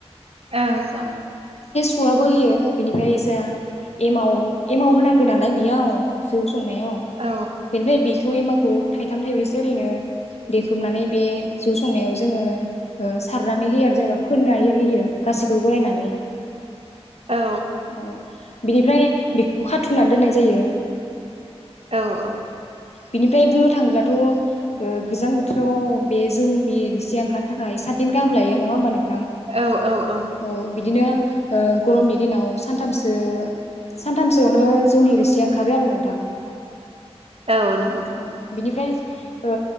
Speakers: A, on the right; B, on the left.
A: औ ज
B: आबो होयो बिनिफ्राय ज एमाव एमाव होनांगौ नालाय बेयाव जौ सं नाय
A: औ
B: बेनिफाय बे खौ एमाखौ थाइथाम थाइब्रैसो ओरैनो देख्रुबनानै बे जौ संनायाव जोङो सारनानै होयो आरो जेनेबा फोननो हो होयो गासैखौबो गलायनानै
A: औ
B: औ बिनिफ्राय बेखौ खाथुमनानै दोननाय जायो
A: औ औ
B: बिनिफ्राय बुंनो थाङोब्लाथ' गोजां बोथोराव बे जौनि रसिया ओंखारनो थाखाय सातदिन गाहाम लायो नङा होमबा नों
A: औ औ
B: औ बिदिनो गरमनि दिनाव सानथामसो सानथामसोयावनो जौनि रोसिया ओंखारो आरो नोंथां।
A: औ नंगौ
B: <unintelligible> बिनिफ्राय ओ